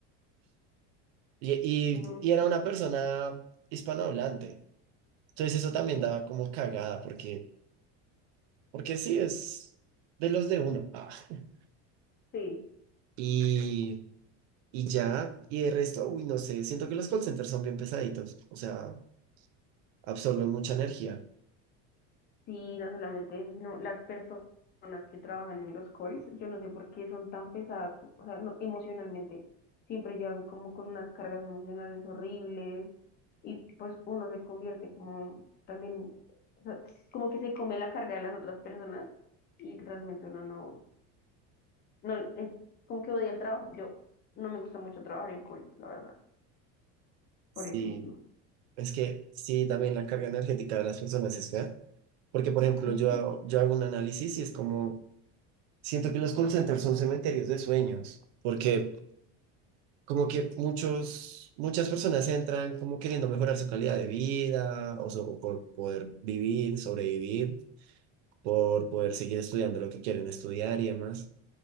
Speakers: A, on the right; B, on the left.
A: y,
B: No,
A: y, y era
B: qué
A: una
B: difícil.
A: persona hispanohablante. Entonces, eso también
B: Ok.
A: daba como cagada, porque, porque sí, es de los de uno. Ah. <laughs>
B: Sí.
A: Y, y ya, y el resto, uy, no sé, siento que los call centers son bien pesaditos. O sea, absorben mucha energía.
B: Sí, no solamente eso, sino las personas que trabajan en los calls, yo no sé por qué son tan pesadas, o sea, no, emocionalmente, siempre llegan como con unas cargas emocionales horribles y pues uno se convierte como también, o sea, como que se come la carga de las otras personas y realmente uno no, no, eh, como que odia el trabajo, yo no me gusta mucho trabajar en calls, la verdad,
A: Sí,
B: por eso mismo.
A: es que sí, también la carga energética de las personas es fea. Porque, por ejemplo,
B: Ujú.
A: yo, hago- yo hago un análisis y es como, siento que los call centers son cementerios de sueños. Porque como que muchos, muchas personas entran como queriendo mejorar su calidad de vida o, so- por poder vivir, sobrevivir, por poder seguir estudiando lo que quieren estudiar y demás.